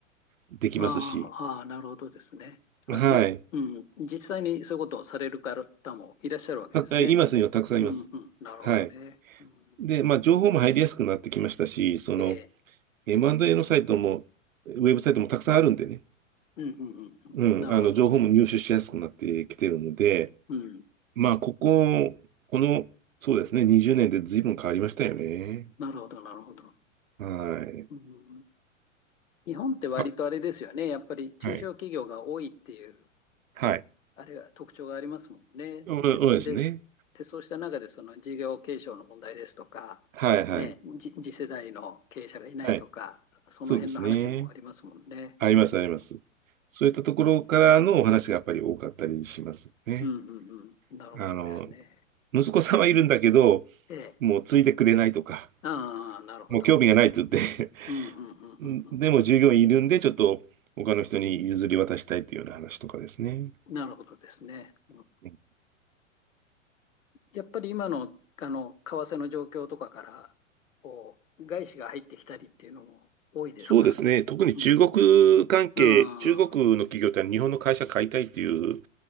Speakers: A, on the right; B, on the left.
A: できますし、
B: ああ、ああ、なるほどですね。あ、
A: はい。
B: じ、うん。実際にそういうことをされる方もいらっしゃるわけですね。
A: たえいますにはたくさんいます。
B: うん、うん。なるほどね。
A: はい。
B: うん、
A: で、まあ、情報も入りやすくなってきましたし、その
B: ええ。
A: M&A のサイトも、ウェブサイトもたくさんあるんでね、
B: うん、うん、うん。うんなるほど。
A: うん、あの、情報も入手しやすくなってきてるので、
B: うん。
A: まあ、ここ、この、そうですね、20年で随分変わりましたよね。
B: なるほど、なるほど。
A: はい。
B: うん。日本って割とあれですよね。
A: あ、
B: やっぱり中小企業が多いっていう
A: はい。はい。
B: あれが特徴がありますもんね。
A: そうそうですね。
B: で、で、で、そうした中でその事業継承の問題ですとか、
A: はい、はい。
B: ね、じ次世代の経営者がいないとか、
A: はい。
B: その辺の話もありますもんね。
A: そうですね。あります、
B: うん、
A: あります。
B: うん、
A: そういったところからのお話がやっぱり多かったりしますね。
B: うん、うんうんなるほどですね。
A: あの、息子さんはいるんだけど、
B: ええ、
A: もうついてくれないとか、
B: ああ、なるほど。
A: もう興味がないって言って
B: うん、うん、うん、
A: <laughs> んでも従業員いるんで、
B: うん
A: ちょっと他の人に譲り渡したいというような話とかですね。
B: うん、なるほどですね。うん
A: うん
B: やっぱり今の、あの、為替の状況とかから、こう、外資が入ってきたりっていうのも多いですか。
A: そうですね。特に中国関係、
B: うん、ああ、
A: 中国の企業って日本の会社買いたいっていう